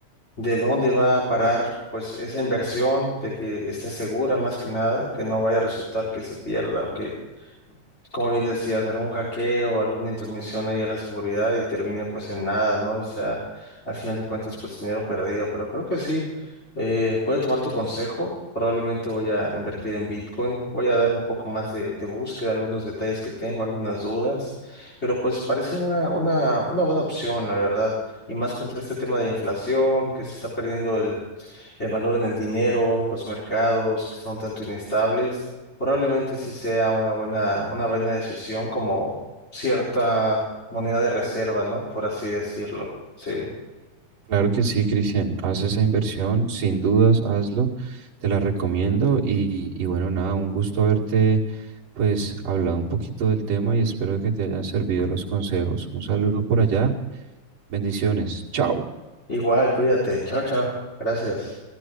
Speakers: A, on the left; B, on the right.
A: de dónde va a parar, pues, esa inversión, de que esté segura más que nada, que no vaya a resultar que se pierda, o que como bien decías, algún hackeo, alguna intromisión ahí a la seguridad y termina pues en nada, ¿no? O sea, al final de cuentas pues dinero perdido, pero creo que sí, eh, voy a tomar tu consejo, probablemente voy a invertir en Bitcoin, voy a dar un poco más de, de búsqueda, algunos detalles que tengo, algunas dudas, pero pues parece una, una, una buena opción, la verdad, y más contra este tema de inflación, que se está perdiendo el, el valor en el dinero, los mercados que están un tanto inestables. Probablemente sí sea una buena, una buena decisión como cierta moneda de reserva, ¿no? Por así decirlo. Sí.
B: Claro que sí, Cristian, haz esa inversión, sin dudas, hazlo, te la recomiendo y, y bueno, nada, un gusto haberte pues hablado un poquito del tema y espero que te hayan servido los consejos. Un saludo por allá, bendiciones, chao.
A: Igual, cuídate. Chao, chao. Gracias.